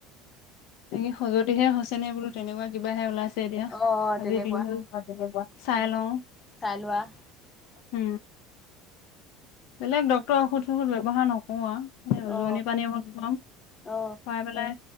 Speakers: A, on the left; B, on the left.
A: এই খজতিহে হৈছেনে বোলো তেনেকুৱা কিবাহে ওলাইছে এতিয়া,
B: অ
A: আজিৰ
B: তেনেকুৱা
A: দিনটো <unintelligible> চাইলও।
B: উম চাই লোৱা
A: উ। বেলেগ ডক্তৰৰ ঔষধ চৌষধ ব্যৱহাৰ নকৰো আৰু। এই
B: অ
A: জোৰণি পানী অকণ খুৱাম,
B: অ
A: খুৱাই পেলাই